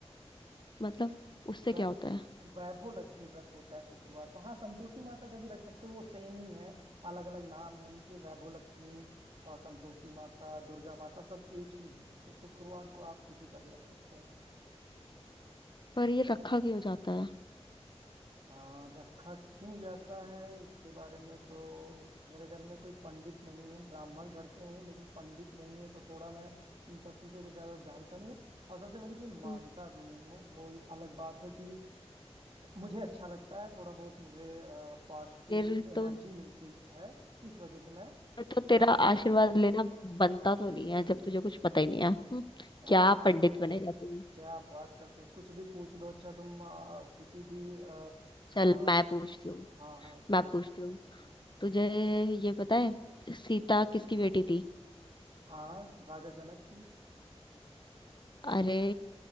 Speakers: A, on the left; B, on the right.
A: मतलब उससे
B: वै,
A: क्या होता है
B: वैभव लक्ष्मी व्रत होता है शुक्रवार को हाँ संतोषी माता का भी रख सकते हैं वो सेम ही है अलग अलग नाम है इनके वैभव लक्ष्मी और संतोषी माता दुर्गा माता सब एक ही है तो शुक्रवार को आप किसी का भी रख सकते हैं
A: पर ये रखा क्यों जाता है
B: आ, रखा क्यों जाता है इसके बारे में तो मेरे घर में कोई पंडित नहीं है ब्राह्मण घर से हूँ लेकिन पंडित नहीं है तो थोड़ा मैं इन सब चीजों को ज्यादा जानता नहीं हूँ और सबसे बड़ी चीज मानता
A: हम्म।
B: भी नहीं हूँ वो अलग बात है कि मुझे अच्छा लगता है थोड़ा बहुत मुझे पॉजिटिव
A: फिर
B: एनर्जी
A: तो
B: मिलती मि- है इस वजह से मैं
A: तो तेरा
B: कर
A: आशीर्वाद लेना बनता तो नहीं है जब तुझे कुछ पता ही नहीं है हम्म,
B: ऐसा
A: क्या पंडित बनेगा तू
B: क्या आप बात करते हो कुछ भी पूछ लो अच्छा तुम अ, किसी भी आ,
A: चल
B: हाँ
A: मैं पूछती हूँ
B: हाँ कोई
A: मैं पूछती हूँ
B: हाँ
A: तुझे ये पता है सीता किसकी बेटी थी
B: हाँ, राजा जनक की
A: अरे